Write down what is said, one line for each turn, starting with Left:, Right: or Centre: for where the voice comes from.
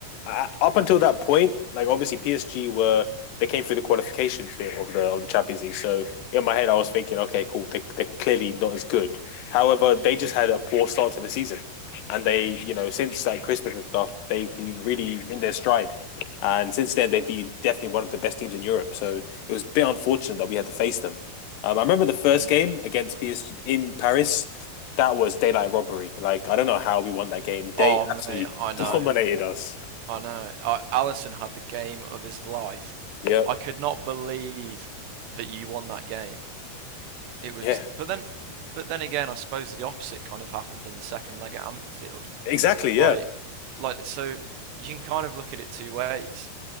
Left: I, up until that point, like obviously PSG were they came through the qualification bit of the of the Champions League. So in my head, I was thinking, okay, cool, they they're clearly not as good. However, they just had a poor start to the season, and they, you know, since like Christmas and stuff, they've been really in their stride. And since then, they've been definitely one of the best teams in Europe. So it was a bit unfortunate that we had to face them. Um, I remember the first
Right: Mm.
Left: game against PSG in Paris that was daylight robbery. Like I don't know how we won that game. They
Right: Oh mate,
Left: absolutely
Right: I
Left: <laughs>
Right: know,
Left: dominated us.
Right: I know. I, Allison had the game of his life.
Left: Yep.
Right: I could not believe that you won that game. It was,
Left: Yeah.
Right: but then, but then again, I suppose the opposite kind of happened in the second leg at Anfield.
Left: Exactly. Yeah.
Right: Like, like so, you can kind of look at it two ways.